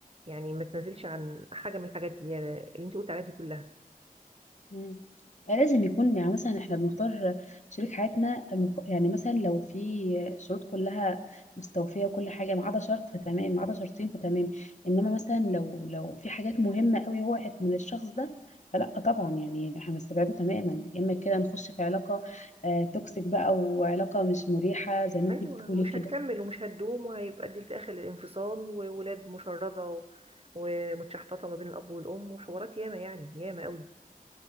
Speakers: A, on the right; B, on the left.
A: يعني ما تنازلش عن حاجة من الحاجات دي يعني اللي انت قلت عليها دي كلها
B: مم. آه، لازم يكون يعني مثلا احنا بنختار شريك حياتنا مق- يعني مثلا لو في شروط كلها مستوفية وكل حاجة ما عدا شرط فتمام ما عدا شرطين فتمام انما مثلا لو لو في حاجات مهمة قوي وقعت من الشخص ده فلا طبعا يعني احنا هنستبعده تماما يا اما كده نخش في علاقة آه، توكسيك بقى وعلاقة مش مريحة زي ما
A: ايوه
B: انت بتقولي
A: مش
B: كده
A: هتكمل ومش هتدوم وهيبقى دي في اخر الانفصال وولاد مشردة و... ومتشحططة ما بين الاب والام وحوارات ياما يعني ياما قوي